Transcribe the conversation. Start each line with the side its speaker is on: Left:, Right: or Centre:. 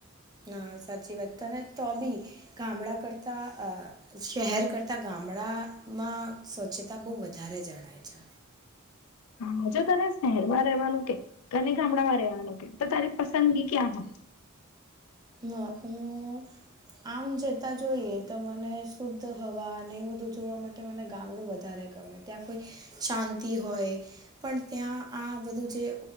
Right: ના સાચી વાત તને તો બી ગામડા કરતાં શહેર કરતાં ગામડામાં સ્વચ્છતા બહુ વધારે જણાય છે.
Left: હા જો તને શહેરમાં રહેવાનું કે અને ગામડામાં રહેવાનું કે તો તારી પસંદગી ક્યાં હોય.
Right: ના હું આમ જતા જોઈએ તો મને શુદ્ધ હવા અને એ બધું જોવા માટે મને ગામડું વધારે ગમે ત્યાં કોઈ શાંતિ હોય પણ ત્યાં આ બધું જે